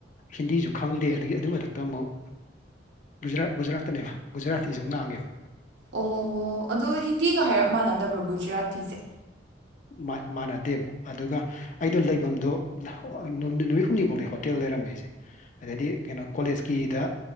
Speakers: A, on the left; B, on the right.
A: ꯍꯤꯟꯗꯤꯁꯨ ꯈꯪꯗꯦ ꯑꯗꯒꯤ ꯑꯗꯨꯏ ꯃꯊꯛꯇ ꯑꯃꯨꯛ ꯒꯨꯖꯔꯥꯠ ꯒꯨꯖꯔꯥꯠ ꯇꯥꯅꯦꯕ ꯒꯨꯖꯔꯇꯤꯁꯨ ꯑꯃꯨꯛ ꯉꯥꯡꯉꯦꯕ꯫
B: ꯑꯣ ꯑꯗꯣ ꯍꯤꯟꯗꯤꯒ ꯍꯥꯏꯔꯞ ꯃꯥꯟꯅꯗꯕ꯭ꯔꯣ ꯒꯨꯖꯔꯥꯇꯤꯁꯦ꯫
A: ꯃꯥ ꯃꯥꯟꯅꯗꯦꯕ ꯑꯗꯨꯒ ꯑꯩꯗꯣ ꯂꯩꯐꯝꯗꯣ ꯅꯨꯃꯤꯠ ꯅꯨꯃꯤꯠ ꯍꯨꯝꯅꯤꯐꯥꯎꯗꯤ ꯍꯣꯇꯦꯜ ꯂꯩꯔꯝꯃꯦ ꯑꯩꯁꯦ꯫ ꯑꯗꯩꯗꯤ ꯀꯩꯅꯣ ꯀꯣꯂꯦꯖꯀꯤꯗ꯫